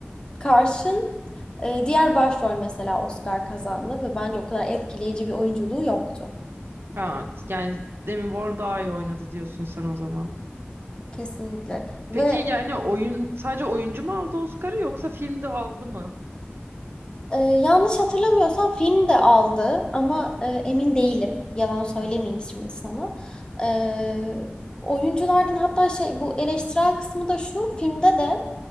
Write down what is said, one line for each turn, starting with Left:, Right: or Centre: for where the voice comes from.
Left: karşın e, diğer başrol mesela Oscar kazandı ve bence o kadar etkileyici bir oyunculuğu yoktu.
Right: Ha, yani Demi Moore daha iyi oynadı diyorsun sen o zaman.
Left: Kesinlikle.
Right: Peki
Left: Ve
Right: yani oyun sadece oyuncu mu aldı Oscar'ı yoksa filmde aldı mı?
Left: e, yanlış hatırlamıyorsam film de aldı ama e, emin değilim. Yalan söylemeyeyim
Right: Hı.
Left: şimdi sana. E, oyunculardan hatta şey bu eleştirel kısmı da şu filmde de